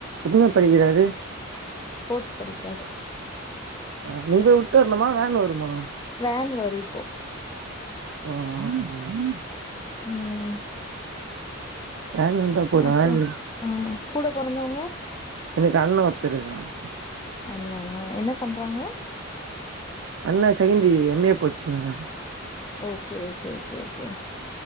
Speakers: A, on the right; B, on the left.
A: எதனாவது படிக்கிறாரு
B: போர்த் படிக்கிறாரு
A: அஹ நீ போய் விட்டு வரணுமா வேன் வருமா
B: வேன் வரும் இப்போ
A: ஹஹ
B: உஹீம்
A: வேன் வந்தா போது
B: அப்புறம்
A: வேன்ல
B: ஹே கூட பொறந் வந்தவங்க
A: எனக்கு அண்ண ஒருத்தன் இருக்கான்
B: அண்ணன்னா என்ன பண்றாங்க
A: அண்ணா செகண்ட் இயர் எம் ஏ படிச்சினிருக்கான்
B: ஓகே ஓகே ஓகே ஓகே